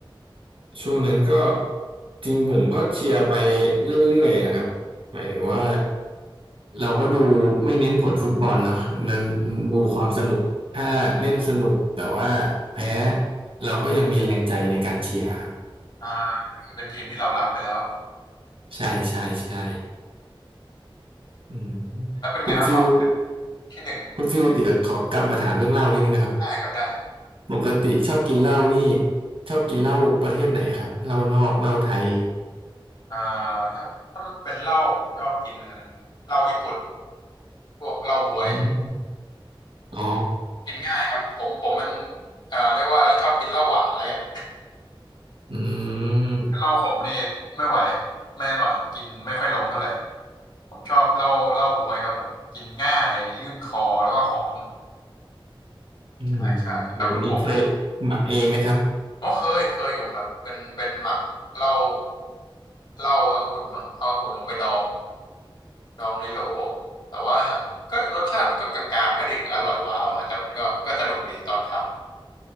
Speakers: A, on the right; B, on the left.
A: ช่วงนั้นก็จริงผมก็เชียร์ไปเรื่อยๆอะครับหมายถึงว่าเราก็ดูไม่เน้นผลฟุตบอลเนาะนั้นดูความสนุกถ้าเล่นสนุกแต่ว่าแพ้เราก็ยังมีแรงใจในการเชียร์ครับ
B: อ่าเป็นทีมที่เรารักไปแล้ว
A: ใช่ใช่ใช่อืม
B: แล้วเป็นไงบ้างความ
A: คุณฟิล
B: ที่หนึ่ง
A: คุณฟิลเดี๋ยวขอกลับมาถามเรื่องเหล้านิดนึงนะครับ
B: ได้ครับได้
A: ปกติชอบกินเหล้านี่ชอบกินเหล้าประเทศไหนครับเหล้านอกเหล้าไทย
B: อ่าถ้าถ้าเป็นเหล้าผมชอบกินเหล้าญี่ปุ่นพวกเหล้าบ๊วย
A: อืมอ๋อ
B: กินง่ายครับผมผมมันเอ่อเรียกว่าอะไรชอบกินเหล้าหวานแล้วกัน
A: อืม
B: <laughs> เหล้าขมนี่ไม่ไหวไม่อร่อยกินไม่ค่อยลงเท่าไหร่ ผมชอบเหล้าเหล้าบ๊วยครับผมกินง่ายลื่นคอแล้วก็หอม
A: อืม
B: ใช่ใช่แล้วคุณพงษ์ะฮะ
A: แบบนี้เคยหมักเองไหมครับ
B: อ๋อเคยเคยอยู่ครับเป็นเป็นหมักเหล้าเหล้าองุ่นมั้งเอาองุ่นลงไปดองดองในโหลแต่ว่า <laughs> ก็รสชาติมันก็กลางๆไม่ถึงอร่อยว้าวฮะแต่มันก็ก็สนุกดีตอนทำ